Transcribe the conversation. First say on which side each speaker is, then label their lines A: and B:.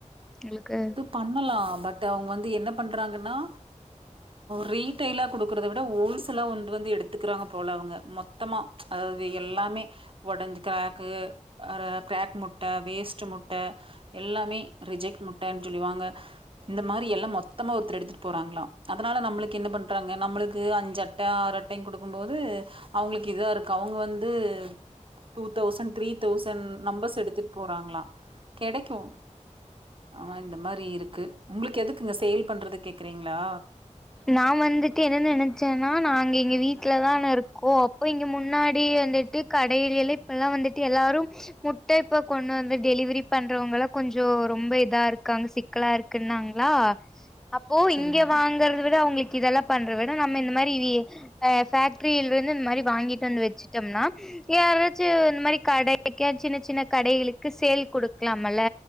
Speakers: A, in the centre; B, on the right (about 45°).
A: எங்களுக்கு
B: பண்ணலா பட் அவங்க வந்து என்ன பண்றாங்கன்னா ரீ ரீடேலா குடுக்கறத விட ஓல்சல்லா வந் வந்து எடுத்துக்கிறாங்க போலவங்க மொத்தமா அதாவது எல்லாமே ஒடஞ்ச க்ரக்கு ஆ க்ரக் முட்ட வேஸ்ட்டு முட்ட எல்லாமே ரிஜெக்ட் முட்டன் சொல்லிவாங்க இந்த மாரி எ எல்லா மொத்தமா ஒருத்தர் எடுத்துட்டு போறாங்ளா அதனால நம்மளுக்கு என்ன பண்றாங்க நம்மளுக்கு அஞ்சட்ட ஆறு அட் டைன் குடுக்கும்போது அவங்களுக்கு இதா இருக்கு அவங்க வந்து two thousand three thousand numbers எடுத்துட்டு போறாங்களா கெடைக்கு ஆனா இந்த மாரி இருக்கு உங்களுக்கு எதுக்குங்க சேல் பண்றதுக் கேக்குறீங்ளா
A: நா வந்துட்டு என்னன்னு நெனச்சன்னா நாங்க இங்க வீட்ல தா இருக்கோ அப்போ இங்க முன்னாடி வந்துட்டு கடைகள்ல இப்பல்லா வந்துட்டு எல்லாரும் முட்ட இப்ப கொண்டு வந்து டெலிவரி பண்றவங்கள கொஞ்சோ ரொம்ப இதா இருக்காங்க சிக் க்கலா இருக்குன்னாங்ளா அப்போ
B: சரிங்க,
A: இங்க வாங் கறத விட அவங்களுக்கு இதெல்லா பண்ற விட நம்ம இந்த மாரி வி அ பேஃக்ட்ரியில இருந்து இந்த மாரி வாங்கிட்டு வந்து வச்சுட்டம்னா யாராச்சு இந்த மாரி கடைக்கு சின்ன சின்ன கடைகளுக்கு சேல் குடுக்கலாம்ல